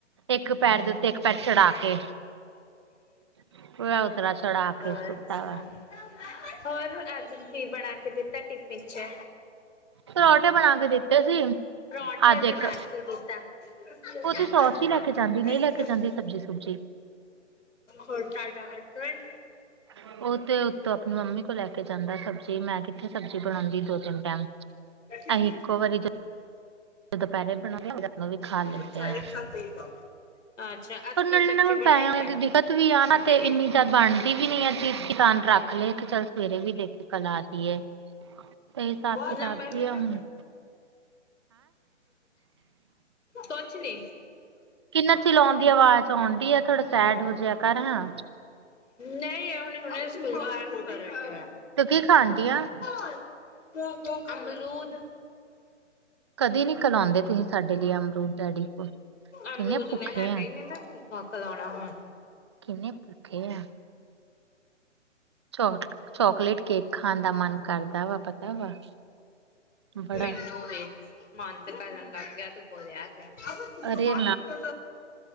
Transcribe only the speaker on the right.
ਇੱਕ ਪੈਰ ਦੇ ਉੱਤੇ ਇੱਕ ਪੈਰ ਚੜਾ ਕੇ। <unintelligible>
ਸੁੱਤਾ ਵਾ
ਪਰੌਠੇ ਬਣਾ ਕੇ ਦਿੱਤੇ ਸੀ।
ਅੱਜ
ਇੱਕ
ਉਹ ਤੇ ਸੋਸ ਹੀ ਲੈ ਕੇ ਜਾਂਦੀ ਨਹੀਂ ਲੈ ਕੇ ਜਾਂਦੀ ਸਬਜ਼ੀ ਸੁਬਜੀ
ਉਹ ਤੇ ਉਤੋਂ ਆਪਣੀ ਮੰਮੀ ਕੋਲ ਲੈ ਕੇ ਜਾਂਦਾ ਸਬਜ਼ੀ ਤੇ ਮੈਂ ਕਿੱਥੇ ਸਬਜ਼ੀ ਬਣਾਦੀ ਦੋ-ਤਿੰਨ ਟਾਈਮ
ਅਸੀਂ ਇੱਕੋ ਵਾਰੀ ਜੇ ਜੇ ਦੁਪਹਿਰੇ ਬਣਾਦੀ ਆ ਓ ਰਾਤ ਨੂੰ ਵੀ ਖਾ ਲੈਂਦੇ
ਐ।
ਉਹ ਨਾਲੇ
ਹੁਣ
ਪੈਸੇ
ਦੀ ਦਿੱਕਤ ਵੀ ਆ ਨਾ,
ਤੇ ਇੰਨੀ ਜ਼ਿਆਦਾ ਬਣਦੀ ਵੀ ਨੀਆ ਚੀਜ਼ ਕਿਸਾਨ ਭਰਾ ਲੇਖ ਚੱਲ ਸਵੇਰੇ ਵੀ ਦੇਖ ਕੇ ਘਲਆ ਤੀ ਏ। ਤੇ ਹਿਸਾਬ-ਕਿਤਾਬ
ਦੀ
ਹੂੰ
ਕਿੰਨਾ ਚਲਾਉਣ ਦੀ ਆਵਾਜ਼ ਆਉਣ ਡੀ ਏ ਥੋੜਾ ਸੈਡ ਹੋ ਜਹਾ ਕਰ ਹਾਂ।
ਤੂੰ ਕੀ ਖਾਣ ਡਈ ਆ
ਕਦੇ ਨੀ ਘਲਾਉਂਦੇ ਤੁਸੀਂ ਸਾਡੇ ਲਈ ਅਮਰੂਦ ਡੈਡੀ ਕੋਲ
ਕਿੰਨੇ ਭੁੱਖੇ
ਕਿਨੇ ਭੁੱਖੇ ਐ। ਚੋ- ਚੋਕਲੇਟ ਕੇਕ ਖਾਣ ਦਾ ਮਨ ਕਰਦਾ ਵਾ ਪਤਾ ਵਾ। ਬੜਾ
ਅਰੇ